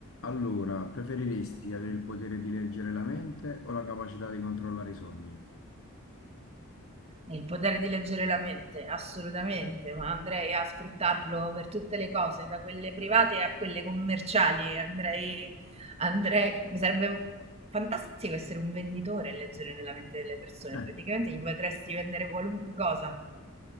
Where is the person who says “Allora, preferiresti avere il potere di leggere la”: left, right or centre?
Left